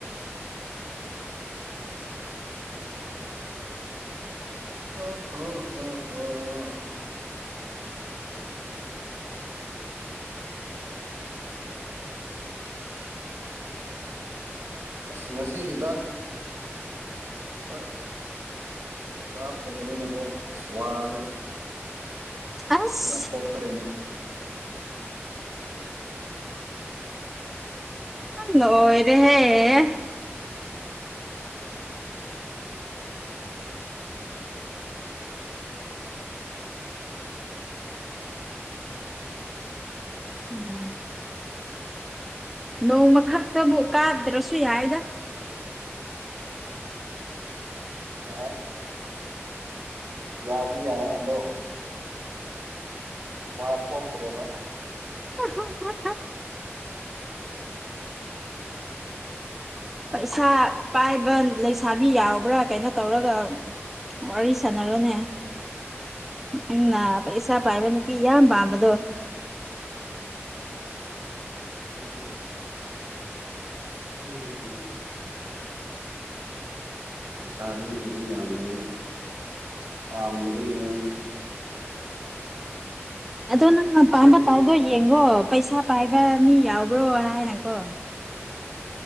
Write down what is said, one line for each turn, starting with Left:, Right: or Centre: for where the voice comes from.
Right: ꯑ ꯍ ꯍ ꯍ ꯑꯁ ꯉꯁꯤ ꯍꯤꯗꯥꯛ ꯈꯣꯏ ꯀꯥꯞꯇ ꯅꯤ ꯅꯀꯣ ꯁ꯭ꯋꯥꯁ
Centre: ꯑꯁ
Right: ꯀ ꯌꯥ ꯊꯣꯛꯇꯔꯦꯅꯦ
Centre: ꯅꯣꯏꯔꯦꯍꯦ ꯎꯝ ꯅꯣꯡꯃ ꯈꯛꯇꯕꯨꯛ ꯀꯥꯗ꯭ꯔꯁꯨ ꯌꯥꯏꯗ
Right: ꯎ ꯌꯥꯏ ꯌꯥꯗꯤ ꯌꯥꯏ ꯑꯗꯣ ꯋꯥ ꯊꯣꯛꯇ꯭ꯔꯦꯕ
Centre: ꯍ ꯄꯩꯁꯥ ꯄꯥꯏꯕ ꯂꯩꯁꯥꯕꯤ ꯌꯥꯎꯕ꯭ꯔꯥ ꯀꯩꯅꯣ ꯇꯧꯔꯒ ꯋꯥꯔꯤ ꯁꯥꯟꯅꯔꯣꯅꯦ ꯅꯪꯩꯅ ꯏꯁꯁꯥ ꯄꯥꯏꯕ ꯅꯨꯄꯤ ꯌꯥꯝ ꯄꯥꯝꯕꯗꯣ
Right: ꯑꯗ ꯎꯝ ꯂꯩꯁꯥꯕꯤꯕꯨꯗꯨ ꯌꯥꯝ ꯂꯩ ꯄꯥꯝꯗꯅꯕꯒꯤꯅꯦ
Centre: ꯑꯗꯣ ꯅꯪꯅꯄꯥꯥꯝꯕ
Right: ꯑꯁꯦꯡꯕꯅꯤ
Centre: ꯇꯥꯏꯗꯣ ꯌꯦꯡꯉꯣ ꯄꯩꯁꯥ ꯄꯥꯏꯕ ꯃꯤ ꯌꯥꯎꯕ꯭ꯔꯣ ꯍꯥꯏꯅꯀꯣ